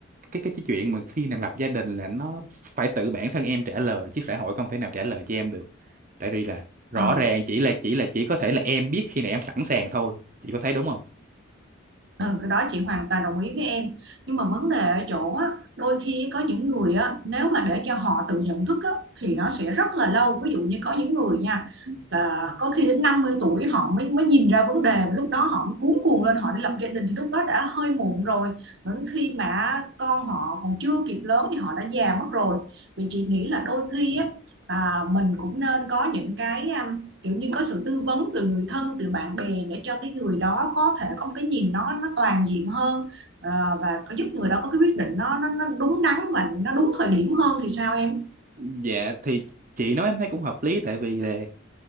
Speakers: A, on the right; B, on the right.
A: cái cái cái chuyện mà khi nào lập gia đình là nó phải tự bản thân em trả lời chứ xã hội không thể nào trả lời cho em được tại vì là rõ
B: Ờ.
A: ràng chỉ là chỉ là chỉ có thể là em biết khi nào em sẵn sàng thôi chị có thấy đúng không
B: Ừ, cái đó chị hoàn toàn đồng ý với em nhưng mà vấn đề ở chỗ á, đôi khi có những người á, nếu mà để cho họ tự nhận thức á, thì nó sẽ rất là lâu ví dụ như có những người nha là có khi đến 50 tuổi họ mới mới nhìn ra vấn đề và lúc đó họ mới cuống cuồng lên họ đi lập gia đình thì lúc đó đã hơi muộn rồi đến khi mà con họ còn chưa kịp lớn thì họ đã già mất rồi vì chị nghĩ là đôi khi á, à, mình cũng nên có những cái um, kiểu như có sự tư vấn từ người thân từ bạn bè để cho cái người đó có thể có một cái nhìn nó nó toàn diện hơn ờ, và có giúp người đó có cái quyết định nó nó nó đúng đắn và nó đúng thời điểm hơn thì sao em
A: dạ thì chị nói em thấy cũng hợp lý tại vì là